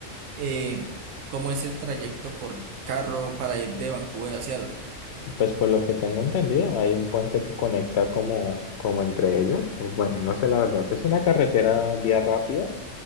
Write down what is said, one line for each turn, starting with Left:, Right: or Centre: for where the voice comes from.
Right: eh, cómo es el trayecto por carro para ir de Vancouver a Seattle.
Left: Pues por lo que tengo entendido, hay un puente que conecta como, como entre ellas. Bueno, no sé la verdad, es una carretera vía rápida,